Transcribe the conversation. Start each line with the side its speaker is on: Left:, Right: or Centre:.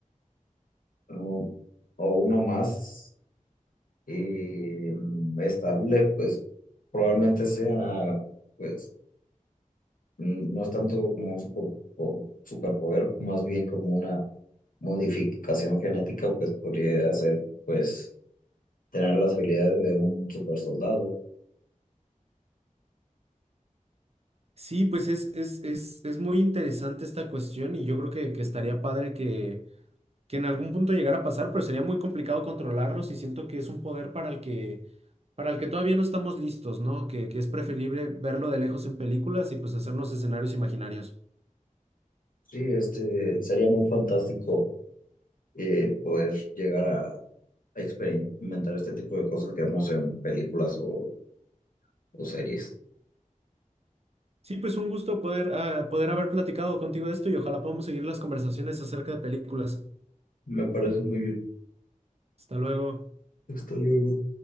Left: ¿no? O uno más eh, mm, estable, pues probablemente sea, pues, n- no es tanto como un super- po- superpoder, más bien como una modificación genética, pues podría hacer, pues, tener las habilidades de un super soldado.
Right: Sí, pues es, es, es, es muy interesante esta cuestión y yo creo que, que estaría padre que, que en algún punto llegara a pasar, pero sería muy complicado controlarlos y siento que es un poder para el que, para el que todavía no estamos listos, ¿no? Que, que es preferible verlo de lejos en películas y pues hacernos escenarios imaginarios.
Left: Sí, este, sería muy fantástico eh, poder llegar a, a experimentar este tipo de cosas que vemos en películas o, o series.
Right: Sí, pues un gusto poder, ah, poder haber platicado contigo de esto y ojalá podamos seguir las conversaciones acerca de películas.
Left: Me parece muy bien.
Right: Hasta luego.
Left: Hasta luego.